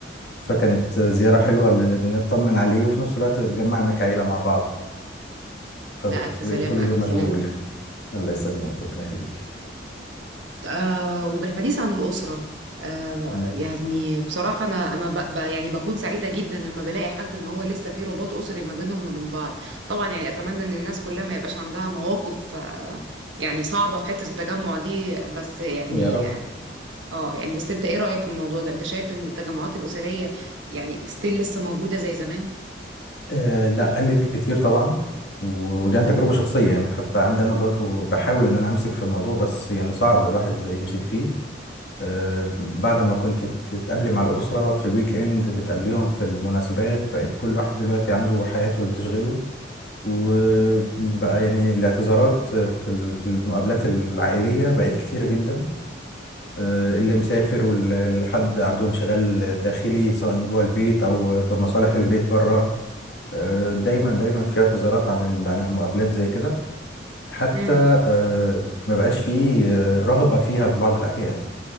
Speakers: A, on the left; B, on the right.
A: فكانت زيارة حلوة ل- نطمن عليه وفي نفس الوقت اتجمعنا كعيلة مع بعض ف- فبقيت
B: لا الف سلامه
A: طول اليوم
B: الف سلامه
A: مشغول الله يسلمك ربنا يخليك
B: آه وبالحديث عن الاسره آه
A: مم.
B: يعني بصراحه انا انا ب ب يعني بكون سعيده جدا لما بلاقي حد ان هو لسه في رباط اسري ما بينهم وما بين بعض طبعا يعني اتمنى ان الناس كلها ما يبقاش عندها مواقف آه يعني صعبه في حته التجمع دي بس يعني
A: يا رب
B: اه يعني بس انت ايه رأيك في الموضوع ده انت شايف ان التجمعات الأسرية يعني ستيل لسه موجودة زي زمان
A: آه لا قلت كتير طبعا و- ودي عن تجربة شخصية يعني حتى عندي أنا برضو بحاول إن أنا أمسك في الموضوع بس يعني صعب الواحد يمسك فيه آه بعد ما كنت بتتقابلي مع الأسرة في الويك إند بتقابليهم في المناسبات بقت كل واحد دلوقتي عنده حياته اللي تشغله وبقى يعني الاعتذارات في ال- في المقابلات العائلية بقت كتيرة جدا آه، اللي مسافر واللي حد عنده انشغال داخلي سواء جوه البيت أو بمصالح البيت بره آه، دايما دايما في اعتذارات عن ال- عن المقابلات زي كده حتى
B: امم
A: آه، ما بقاش في آه، رغبة فيها في بعض الأحيان